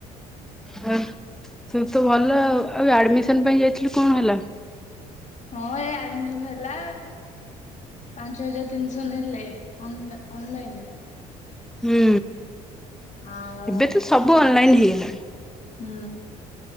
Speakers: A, in the centre; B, on the left (about 40°).
A: ହଁ ତୁ ତ ଭଲ ଆଉ ଆଡମିସନ ପାଇଁ ଯାଇଥିଲୁ କଣ ହେଲା?
B: ହଁ ଏ ଆଡମିସନ ହେଲା। ପାଞ୍ଚ ହଜାର ତିନିଶହ ନେଲେ ଅନଲାଇନରେ।
A: ହୁଁ
B: ଆଉ
A: ଏବେ ତ ସବୁ ଅନଲାଇନ ହେଇଗଲା।
B: ହୁଁ।